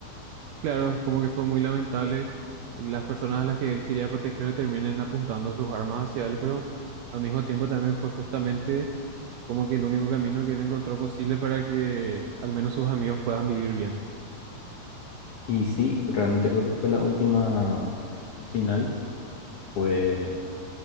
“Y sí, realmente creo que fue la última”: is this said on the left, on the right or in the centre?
Left